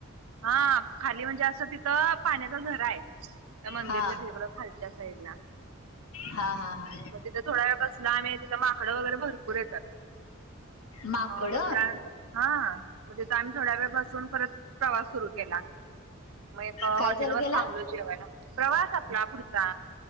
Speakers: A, on the right; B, on the left.
A: हा खाली म्हणजे असं तिथं पाण्याचा झरा आहे त्या मंदिरच्या
B: हा
A: त खालच्या साईड ला
B: हा हा हा
A: मगिथ थोड वेळसला आम् तिथ माकड वगैरे भरपू येतात
B: माकड
A: मग थोड्या नंतर हा मग तिथ आम्ही थोड्या वेळ बसून परत प्रवास सुरू केला मग एक हॉटेल
B: काय चालू
A: वर
B: केला
A: थांबलो जेवायला प्रवास आपला पुढचा